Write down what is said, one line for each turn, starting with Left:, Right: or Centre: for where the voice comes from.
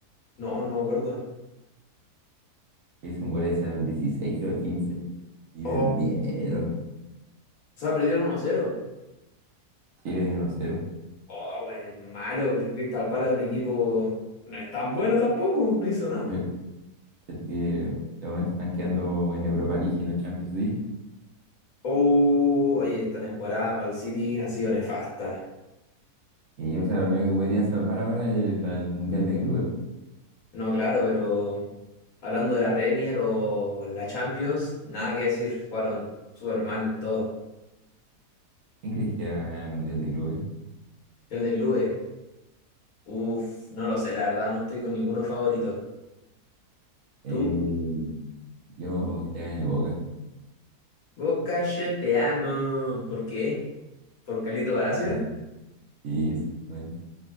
Left: No, no me acuerdo.
Right: Le hizo un gol ese al 16 creo, al 15 Y
Left: Oh,
Right: perdieron.
Left: o sea, perdieron uno cero.
Right: Sí, perdieron 1-0.
Left: Oh, bueno, es malo, pero el Crystal Palace es un equipo... No es tan bueno tampoco, no hizo nada.
Right: Le cachaste que De momento están quedando en Europa League y no en Champions League.
Left: Oh, oye, esta temporada para el City ha sido nefasta.
Right: Y o sea, lo único que podrían salvar ahora es la- el Mundial de Clubes.
Left: No, claro, pero hablando de la Premier o la Champions, nada que decir, fueron súper mal todo.
Right: ¿Quién crees que va a ganar el Mundial de Clubes?
Left: El de clubes, uff, no lo sé, la verdad, no estoy con ninguno favorito.
Right: Eh,
Left: ¿Tú?
Right: yo me gustaría ganar el Boca.
Left: Boca, yo te amo. ¿Por qué? ¿Por Carlito Palacio?
Right: que Sí, exactamente.